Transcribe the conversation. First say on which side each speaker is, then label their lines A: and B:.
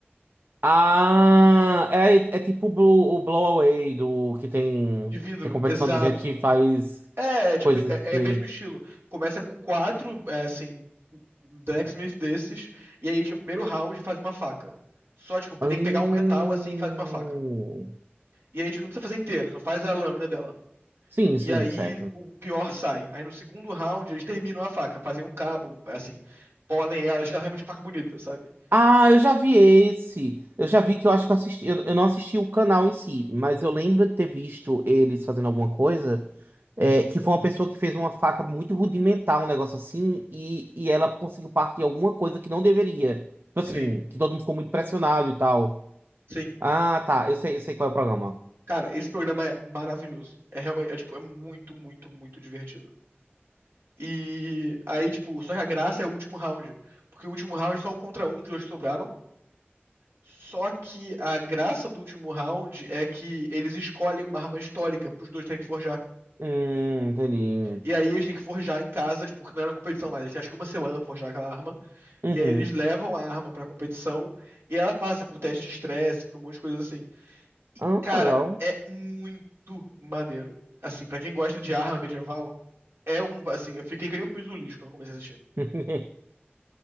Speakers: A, on the right (about 60°); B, on the right (about 75°).
A: Ah, é, é tipo o Blow, o Blow Away do que tem
B: de vidro,
A: que é competição
B: exato.
A: de gente que faz
B: É, é, tipo,
A: coisas
B: é,
A: de.
B: é mesmo estilo. Começa com quatro, é, assim, blacksmith desses, e aí, tipo, primeiro round faz uma faca. Só, tipo,
A: Hum...
B: tem que pegar um metal assim e faz uma faca. E aí, tipo, não precisa fazer inteiro, só faz a lâmina dela.
A: Sim,
B: E
A: sim,
B: aí
A: certo.
B: o pior sai. Aí no segundo round eles terminam a faca, fazem o cabo, assim, polem ela, deixam realmente a faca bonita, sabe?
A: Ah, eu já vi esse. Eu já vi que eu acho que eu assisti. Eu, eu não assisti o canal em si, mas eu lembro de ter visto eles fazendo alguma coisa. é, que foi uma pessoa que fez uma faca muito rudimentar, um negócio assim, e, e ela conseguiu partir alguma coisa que não deveria. Tipo
B: Sim,
A: assim, que todo mundo ficou muito pressionado e tal.
B: sim.
A: Ah, tá. Eu sei, eu sei qual é o programa.
B: Cara, esse programa é maravilhoso. É realmente, é, tipo, é muito, muito, muito divertido. E aí, tipo, só que a graça é o último round. Porque o último round é só um contra um, os dois sobraram. Só que a graça do último round é que eles escolhem uma arma histórica pros dois terem que forjar.
A: Hum, entendi.
B: E aí eles têm que forjar em casa, tipo, porque não é na competição, mais eles têm acho que uma semana pra forjar aquela arma.
A: Uhum.
B: E aí eles levam a arma pra competição e ela passa por teste de estresse, por um monte de coisa assim.
A: Ah,
B: Cara,
A: legal.
B: é muito maneiro. Assim, pra quem gosta de arma medieval, é um. Assim, eu fiquei que nem um pisulis quando eu comecei a assistir.
A: <laughs>